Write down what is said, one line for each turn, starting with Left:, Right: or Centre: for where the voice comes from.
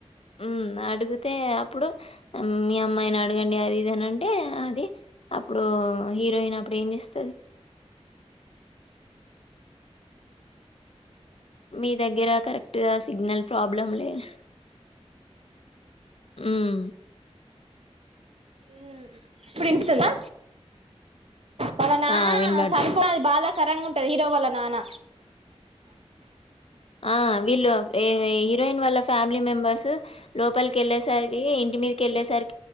Left: మ్ అడుగుతే అప్పుడు మీ అమ్మాయిని అడగండి అదీ ఇదనంటే అది అప్పుడూ హీరోయిన్ అప్పుడు ఏం చేస్తది మీ దెగ్గర కరెక్ట్గా సిగ్నల్ ప్రాబ్లం లేదు ఉమ్
Right: ఉ ఇప్పుడిన్పిస్సుందా వాళ్ళ నాన్న
Left: ఆ వినబడుతుంది
Right: చనిపో బాదకరంగా ఉంటది హీరో వాళ్ళ నాన్న
Left: ఆ వీళ్ళు ఏ వై హీరోయిన్ వాళ్ళ ఫ్యామిలీ మెంబర్సూ లో లోపల వెళ్లేసరికి ఇంటిమీదకి వెళ్లే సర్